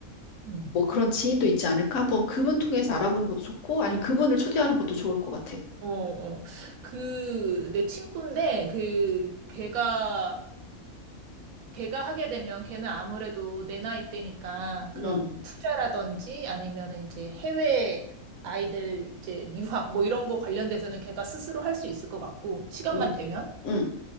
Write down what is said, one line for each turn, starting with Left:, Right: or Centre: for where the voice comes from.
Right: 음.
Left: 뭐 그런 지인도 있지 않을까? 한번 그분 통해서 알아보는 것도 좋고, 아니면 그분을 초대하는 것도 좋을 것 같아.
Right: 어, 어. 그, 내 친구인데, 그, 걔가, 걔가 하게 되면 걔는 아무래도 내 나이 때니까
Left: 응,
Right: 그런 투자라든지 아니면 이제 해외 아이들 이제 유학 뭐 이런 거 관련돼서는 걔가 스스로 할 수 있을 것 같고, 시간만
Left: 응,
Right: 되면.
Left: 응,